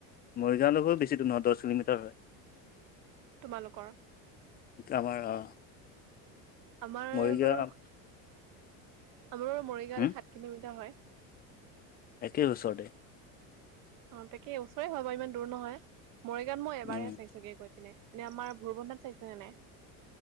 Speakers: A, on the left (about 25°); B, on the right (about 55°).
A: মৰিগাঁৱ বেছিদূৰ নহয় দছ কিলোমিটাৰ হয়। <inaudible>
B: তোমালোকৰ
A: আমাৰ অ'।
B: আমাৰ
A: মৰিগাঁও
B: বাৰু আমাৰ বাৰু মৰিগাঁৱলে
A: হম
B: সাত কিলোমিটাৰ হয়।
A: একে ওচৰতে।
B: অ, তাকে ওচৰে হয় বু ইমান দূৰ নহয় মৰিগাঁৱত মই এবাৰ
A: উম
B: চাইছোগে গৈ পিনে। এনেই আমাৰ ভোৰবন্ধাত চাইছেনে নাই?